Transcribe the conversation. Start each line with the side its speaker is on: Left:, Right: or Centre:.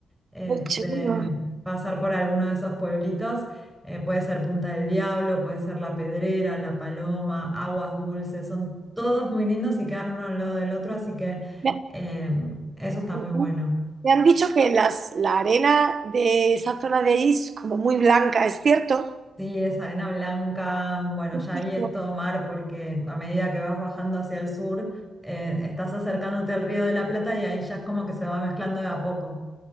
Centre: este,
Right: qué chulo.
Centre: pasar por alguno de esos pueblitos. eh, puede ser Punta del Diablo, puede ser La Pedrera, La Paloma, Aguas Dulces, son todos muy lindos y quedan uno al lado del otro, así que
Right: Ah.
Centre: eh, eso está
Right: Ujú.
Centre: muy bueno.
Right: Me han dicho que las, la arena de esa zona de ahí es como muy blanca, ¿es cierto?
Centre: Sí, es arena blanca, bueno, ya ahí
Right: Sí.
Centre: es todo mar porque a medida que vas bajando hacia el sur, eh, estás acercándote al Río de la Plata y ahí ya es como que se va mezclando de a poco.